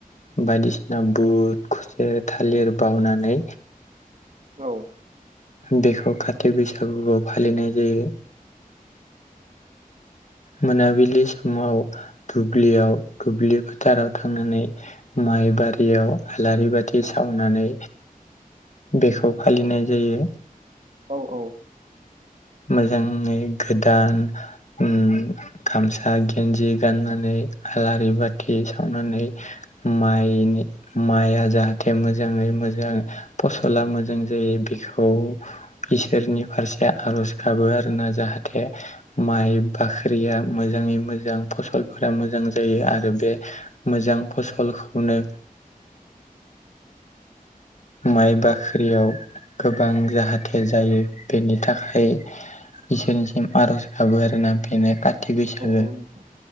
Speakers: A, on the left; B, on the right.
A: बायदिसिना बुट खुसेर थालिर बावनानै
B: औ
A: बेखौ काथि बैसागुआव फालिनाय जायो। मोनाबिलि समाव दुब्लियाव दुब्लि फोथाराव थांनानै माइ बारियाव आलारि बाथि सावनानै बेखौ फालिनाय जायो।
B: औ औ
A: मोजाङै गोदान ओम गामसा गेन्जि गाननानै आलारि बाथि सावनानै माइनि माइ आ जा थे मोजाङै मोजां फसला मोजां जायो बेखौ इसोरनि फारसे आर'ज गाबो आरोना जाहाथे माइ बाख्रिया मोजाङै मोजां फसलफोरा मोजां जायो आरो बे मोजां फसलखौनो माइ बाख्रियाव गोबां जाहाथे जायो बेनि थाखाय इसोरनिसिम आर'ज गाबो आरोना बेनो काति बैसागो
B: औ नोंथां